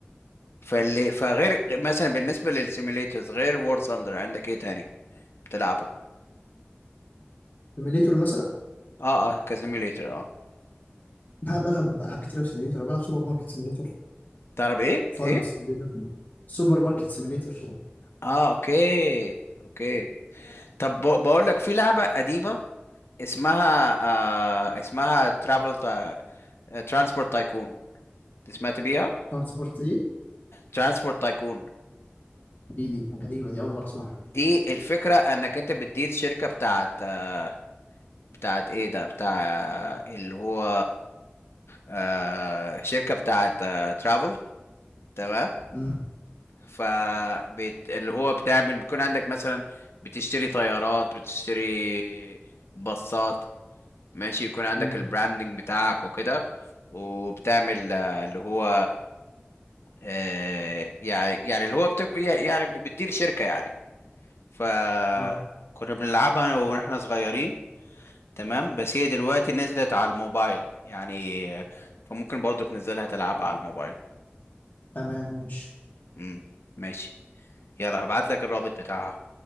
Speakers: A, on the left; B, on the left.
A: فاللي فغير مثلا بالنسبة للسيميليترز غير وور ثاندر عندك ايه تاني بتلعبه
B: سيميليتور مثلا
A: اه اه كسيميليتر اه
B: انا بلعب العاب كتير أوي سيميليتور أنا بلعب سوبر ماركت سيميليتور
A: تعرف ايه
B: فارم
A: ايه
B: سيميليتور سوبر ماركت سيميليتور
A: اه اوكي اوكي طب ب- بقول لك في لعبة قديمة اسمها آه اسمها ترابل تا... ترانسبورت تايكون سمعت بيها
B: ترانسبورت ايه
A: ترانسبورت تايكون
B: دي دي غريبه دي اول مره اسمعها
A: دي الفكرة انك انت بتدير شركة بتاعت آه بتاعت ايه ده بتاع اللي هو آه شركة بتاعت آه ترافل تمام
B: مم.
A: ف بت... اللي هو بتعمل بيكون عندك مثلا بتشتري طيارات بتشتري باصات ماشي يكون عندك
B: مم.
A: البراندنج بتاعك وكده وبتعمل آه، اللي هو آه، يعني يعني اللي هو بتك... يعني بتدير شركة يعني فكنا
B: اه
A: بنلعبها واحنا صغيرين تمام بس هي دلوقتي نزلت على الموبايل يعني آه، فممكن برضو تنزلها تلعبها على الموبايل
B: تمام ماشي
A: امم ماشي يلا هبعت لك الرابط بتاعها